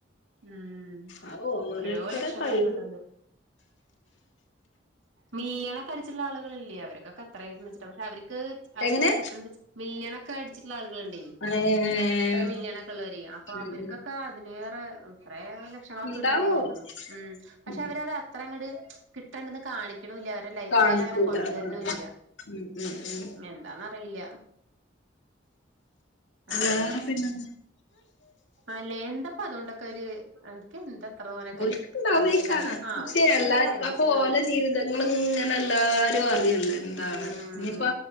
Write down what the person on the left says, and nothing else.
അ ഓരോരുത്തടെ
കഴിവു
എങ്ങനെ
ഏഹ്
ഉം
ഉണ്ടാവും
ഉം
കാണിക്കൂല
ആഹ് ആഹ് ഉം ഉം ഉം
വേറെ
പിന്നെല്ല
ിക്കണ്ട
അവിക്കണ
എല്ലാർക്കും
അപ്പ ഓലെ ജീവിതങ്ങളും ഇങ്ങനെ എല്ലാരും അറിയില്ല എന്താണ്
ഇനിയിപ്പ